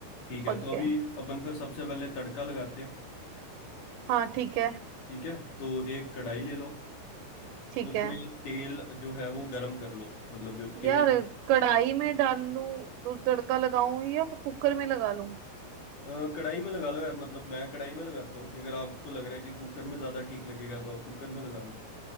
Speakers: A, on the left (about 40°); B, on the right (about 75°).
A: ठीक है
B: पक
A: तो अभी
B: गया
A: अपन फिर सबसे पहले तड़का लगाते हैं
B: हाँ ठीक है
A: ठीक है तो एक कढ़ाई ले लो
B: ठीक
A: उसमें
B: है
A: तेल जो है वो गरम कर लो मतलब जो
B: यार
A: तेल डाल
B: कढ़ाई में डाल लूं तो तड़का लगाऊं या कुकर में लगा लूं
A: अ, कढ़ाई में लगा लो यार मतलब मैं कढ़ाई में लगाता हूँ कि अगर आपको लग रहा है कि कुकर में ज़्यादा ठीक लगेगा तो आप कुकर में लगा लो